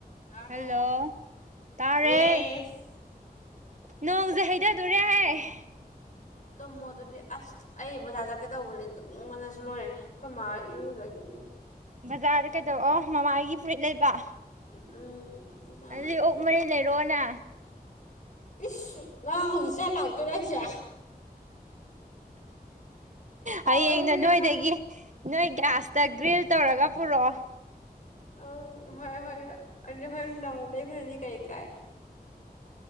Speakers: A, on the left (about 50°); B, on the right (about 50°).
A: ꯇꯥꯔꯕꯣ
B: ꯍꯜꯂꯣ ꯇꯥꯔꯦ
A: ꯌꯦꯁ
B: ꯅꯣꯡꯖꯦ ꯍꯩꯗꯗꯣꯔꯦꯍꯦ
A: ꯇꯨꯝꯃꯣ ꯑꯗꯨꯗꯤ ꯑꯁ ꯑꯩ ꯕꯖꯥꯔ ꯆꯠꯀꯦ ꯇꯧꯕꯅꯦ ꯇꯨꯝꯅꯤꯡꯕꯅꯁꯨ ꯂꯣꯏꯔꯦ ꯑꯩꯈꯣꯏ ꯃꯥ ꯏꯔꯨꯖꯒꯤꯝꯅꯤ
B: ꯕꯖꯥꯔꯗ ꯀꯩꯗꯧ ꯑꯣ ꯃꯃꯥꯒꯤ ꯐꯨꯔꯤꯠ ꯂꯩꯕ
A: ꯎꯝ ꯀꯃꯥꯏ
B: ꯑꯗꯨꯗꯤ ꯑꯣꯛ ꯃꯔꯤꯟ ꯂꯩꯔꯛꯑꯣꯅ
A: ꯏꯁ ꯅꯪ ꯍꯧꯖꯤꯛ ꯆꯥ ꯂꯥꯛꯇꯣꯏꯔ ꯍꯥꯏꯖꯦ ꯍꯥꯎꯔꯔꯣꯏ
B: ꯍꯌꯦꯡꯅ
A: ꯏꯕꯦꯝꯃ
B: ꯅꯣꯏꯗꯒꯤ ꯅꯣꯏ ꯒ꯭ꯌꯥꯁꯇ ꯒ꯭ꯔꯤꯜ ꯇꯧꯔꯒ ꯄꯨꯔꯛꯑꯣ
A: ꯑꯪ ꯍꯣꯏ ꯍꯣꯏ ꯍꯣꯏ ꯑꯗꯨꯗꯤ ꯍꯣꯔꯦꯟ ꯅꯨꯡꯗꯥꯡ ꯋꯥꯏꯔꯝ ꯂꯩꯕꯅꯗꯤ ꯀꯔꯤ ꯀꯥꯏ